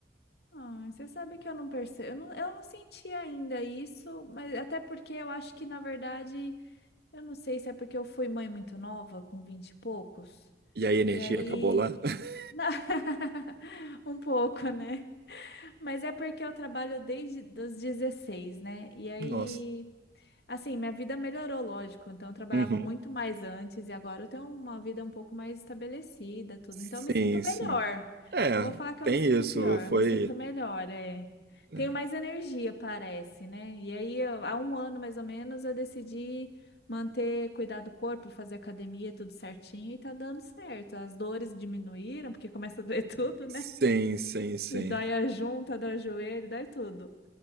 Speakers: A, on the left (about 70°); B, on the right (about 60°).
A: Ah, você sabe que eu não percebo. Eu não, eu não senti ainda isso, mas até porque eu acho que, na verdade, eu não sei se é porque eu fui mãe muito nova, com 20 e poucos.
B: E aí a energia
A: E aí.
B: acabou lá? <laughs>
A: <laughs> Um pouco, né? Mas é porque eu trabalho desde os 16, né? E aí.
B: Nossa.
A: Assim, minha vida melhorou, lógico. Então, eu trabalhava
B: Uhum.
A: muito mais antes e agora eu tenho uma vida um pouco mais estabelecida, tudo.
B: Sim,
A: Então, eu me sinto melhor.
B: sim. É,
A: Não vou falar que
B: tem
A: eu me sinto
B: isso.
A: pior,
B: Foi.
A: eu me sinto melhor, é.
B: né?
A: Tenho mais energia, parece, né? E aí, eu- há um ano mais ou menos, eu decidi manter, cuidar do corpo, fazer academia, tudo certinho e tá dando certo. As dores diminuíram, porque começa a doer <laughs> tudo, né?
B: Sim, sim, sim.
A: Dói a junta, dói o joelho, dói tudo.